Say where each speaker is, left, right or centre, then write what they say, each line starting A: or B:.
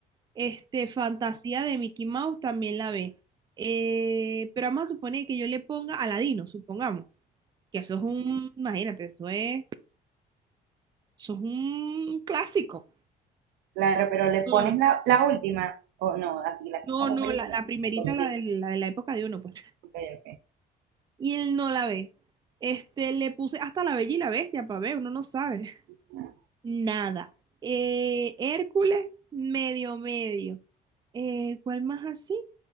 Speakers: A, on the right; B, on the right.
A: Este, Fantasía de Mickey Mouse también la ve. Eh, pero vamos a suponer que yo le ponga Aladino, supongamos, que eso es un,
B: ujú.
A: imagínate, eso es, eso es un clásico.
B: Claro, pero le
A: no
B: pones
A: la ve.
B: la, la última, o no, así la
A: No,
B: que es como
A: no,
B: película,
A: la, la primerita,
B: la comidita.
A: la de la, de la época de uno, pues.
B: Ok, ok.
A: Y él no la ve. Este, le puse hasta la Bella y la Bestia para ver, uno no sabe.
B: Ah.
A: Nada. Eh, Hércules, medio, medio. Eh, ¿cuál más así?